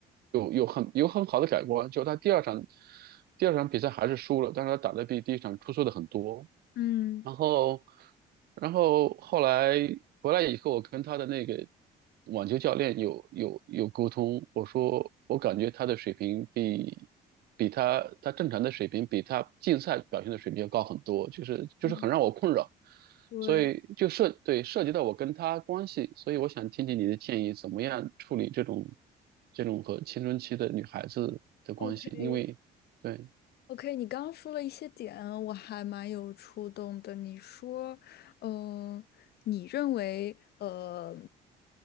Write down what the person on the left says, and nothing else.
嗯
嗯，对。
OK，
OK，你刚刚说了一些点，我还蛮有触动的。你说，嗯、你认为，呃，